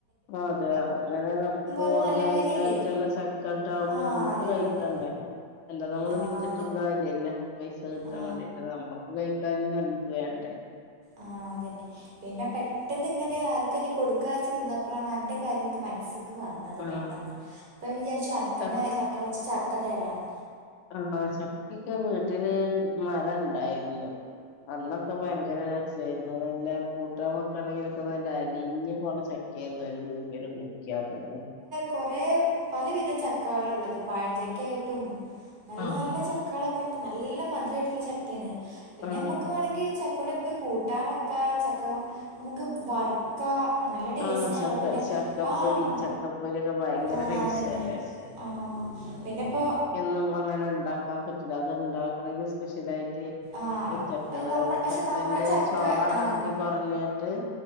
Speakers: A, on the left (about 70°); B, on the right (about 45°).
A: അതെ അങ്ങനെനമുക്ക്
B: ഒരു
A: ഓർഗാനികായ്റ്റ്ള്ള
B: നല്ല കാര്യല്ലേ
A: ചക്കണ്ടാവ്മ്പോ
B: ആ
A: നമ്മുക്ക്കഴി
B: അതെ അതെ അതെ
A: ക്കണ്ടേ അല്ലാതമ്മള്
B: ആ
A: വിറ്റ്ട്ടുംകാര്യല്ല
B: അതെ
A: പൈസകി ക്കിട്ടാൻവേണ്ടിട്ട്
B: ആ
A: നമ്മുക്ക്കഴിക്കാനും നല്ല്ത് വേണ്ടേ?
B: ആഹ് അതന്നെ പിന്നെപെട്ടെന്ന്ങ്ങനെആർക്കനി കൊട്ക്കാച്ച്നിന്നപ്പളാണ് അൻ്റെകാര്യം ൻക്ക്മൻസ്സ് ക്ക് വന്നത്പെട്ടെന്ന്
A: ആഹ്
B: അപ്പഞാവിചാര്ച്ചു അനക്കന്നെ
A: ച
B: ചക്ക കൊറെച്ച് ചക്കതരാന്ന്
A: ആണോ ചക്കൊക്കെവീട്ട്ല് മരം ഇണ്ടായ്ര്ന്നു അന്നൊക്കെ ഭയങ്കര രസെയ്ര്ന്നു നല്ല കൂട്ടാൻവെക്കണെങ്കില്ക്കെനല്ല അലിഞ്ഞ്പോണചക്കെയ്ര്ന്നു ഒരു ക്കൂക്കല് കൂക്കിയാത്തന്നെ
B: കൊറേ പലവിധംചക്കളാള്ളത് പഴഞ്ചക്കെയ്ട്ടും നല്ലനല്ലച
A: ആഹ്
B: ക്കാളക്കണ്ട് നല്ലമധുരയ്ട്ട്ള്ള ചക്കെണ് പിന്നെമ്മക്ക്
A: ആഹ്
B: വാണങ്കി ചക്കോണ്ടമ്മക്ക് കൂട്ടാംവെക്കാചക്ക നമ്മുക്ക് വറ് ക്കാം നല്ലടേസ്റ്റാണല്ലോപിന്നെ
A: ആഹ് ചക്ക ചക്കപ്പൊരി
B: പാഹ്
A: ചക്കപ്പൊരിയൊക്കെ ഭയങ്കര
B: ആഹ്അതന്നെ
A: ടേസ്റ്റല്ലേ
B: ആഹ് പിന്നെപ്പോ
A: എന്നുംഅങ്ങനെണ്ടാക്കാൻപറ്റ്ല്ല അത്ണ്ടാക്കണെങ്കി സ്പെഷ്യലായ്റ്റ്
B: ആഹ്
A: <unintelligible>
B: അത് നമ്മ പക്ഷെ
A: ചക്കന്റെ
B: നമ്മളെ ചക്ക
A: ചൊളകട്ടി
B: ആഹ്
A: കൊറെഞ്ഞ്ട്ട്